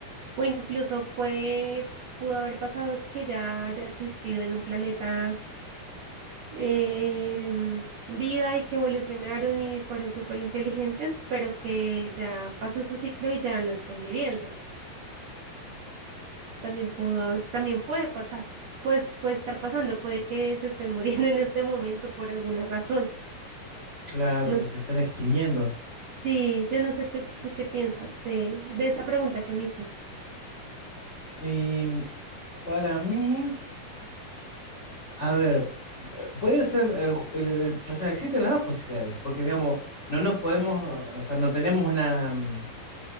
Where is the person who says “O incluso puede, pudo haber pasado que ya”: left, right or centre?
Right